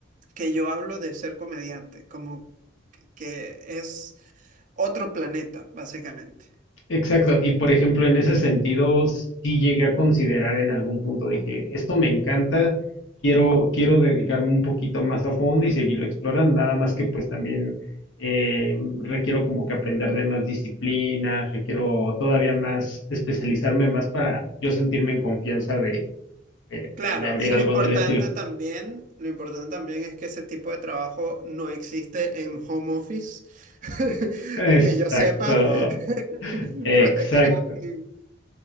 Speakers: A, on the right; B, on the left.
A: que yo hablo de ser comediante, como que es... otro planeta, básicamente.
B: Exacto, y por ejemplo, en ese sentido, sí llegué a considerar en algún punto, dije, esto me encanta, quiero, quiero dedicarme un poquito más a fondo y seguirlo explorando, nada más que pues también eh, requiero como que aprender de más disciplinas, requiero todavía más especializarme más para yo sentirme en confianza de, de, de-
A: Claro,
B: de abrir
A: y lo
B: algo
A: importante
B: del estilo.
A: también, lo importante también es que ese tipo de trabajo no existe en home office, <laughs>
B: Exacto,
A: que yo sepa, <laughs>
B: exacto.
A: proteger a alguien.